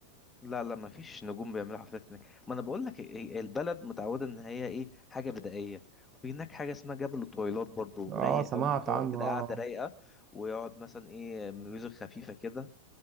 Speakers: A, on the left; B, on the right.
A: لا لا ما فيش نجوم بيعملوا حفلات هناك ما انا بقول لك إيه، إيه، البلد متعوده ان هي ايه حاجه بدائيه وفي هناك حاجه اسمها جبل الطويلات برضو
B: اه
A: رايق
B: سمعت
A: قوي بتقعد
B: عنه
A: كده قاعده
B: اه
A: رايقه ويقعد مثلا ايه ميوزك خفيفه كده